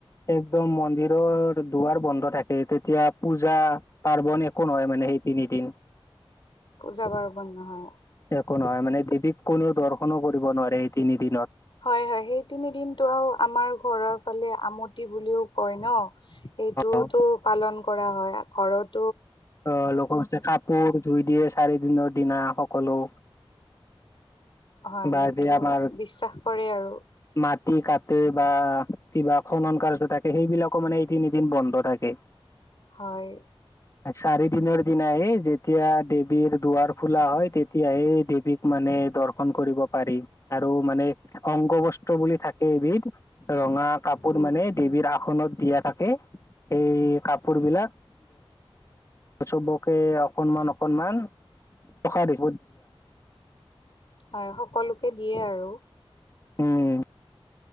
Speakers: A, on the left (about 35°); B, on the left (about 60°).
A: একদম মন জিৰ দুবাৰ বন্ধৰ থাকে তেতিয়া পূজা পাৰ্বণ একো নহয় মানে সেই তিনিদিন
B: পূজা পাৰ্বণ হয়।
A: একো নহয় মানে দেৱীক কোনেও দৰ্শনো কৰিব নোৱাৰে এই তিনি দিনত।
B: হয় হয় সেই তিনি দিনটো আৰু আমাৰ ঘৰৰ ফালে আমতি বুলিও কয় ন। এইটোতো
A: অ
B: পালন কৰা হয় ঘৰত- -
A: অ লগৰ কাপোৰ ধুই দিয়ে চাৰি দিনত। দিনা সকলো
B: হয়
A: বা
B: সেইটো
A: যে আমাৰ
B: বিশ্বাস কৰে আৰু।
A: মাটি কাটে বা কিবা খনন কাৰ্য থ সেইবিলাকো মানে এদিন এদিন বন্ধ থাকে
B: হয়
A: চাৰিদিনৰ দিনাই যেতিয়া দেৱীৰ দুৱাৰ খোলা হয়, তেতিয়াহে দেৱীক মানে দৰ্শ ন কৰিব পাৰি আৰু মানে অংগ বস্ত্ৰ বুলি থাকে এবিধ। ৰঙা কাপোৰ
B: উম
A: মানে দেৱীৰ আসনত দিয়া থাকে। সেই কাপোৰ বিলাক চবকে অকনমান অকনমান <unintelligible>
B: মানে সকলোকে দিয়ে আৰু।
A: উম,